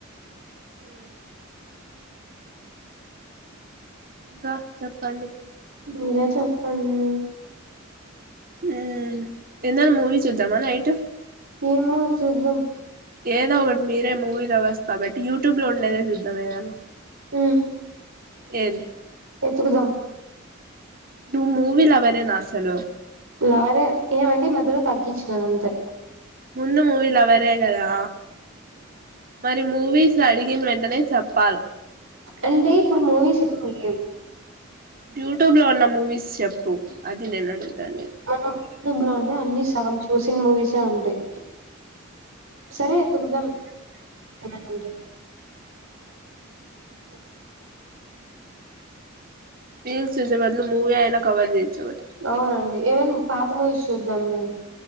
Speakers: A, on the right; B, on the right.
A: ఉమ్. ఇంకా చెప్పండి
B: మీరే చెప్పండి.
A: ఉమ్ ఏదన్నా మూవీ చూద్దామా నైటు.
B: ఏం మూవీ చూద్దాం
A: ఏదోకటి మీరే మూవీ లవర్స్. కాబట్టి యూట్యూబ్ లో ఉండేదే జుద్దాం ఏదన్నా.
B: హ్మ్
A: ఏది
B: ఎత్తుగుదాం.
A: నువ్వు మూవీ లవరేనా అసలు
B: క్లారే ఏమండి ఈ మధ్యలో తగ్గిచ్చిన. అంతే.
A: ముందు మూవీ లవరేగదా. మరి మూవీస్ ల అడిగిన వెంటనే చెప్పాలా.
B: అంటే ఇప్పుడు మూవీస్ ఏమి లెవ్.
A: యూట్యూబ్ లో ఉన్న మూవీస్ చెప్పు అది నేన్ అడుగుతండేది.
B: మనం యూట్యూబ్ లో అంటే అన్ని సగం చూసిన్ మూవీసె ఉంటయ్. సరే ఎత్తుకుదాం ఎమన్నావుంటే. <unintelligible>
A: రీల్స్ చూసే బదులు మూవీ అయినా కవర్ చేయొచ్చు ఒకటి
B: అవునండి ఏవైనా పాత మూవీస్ చూద్దాంలే.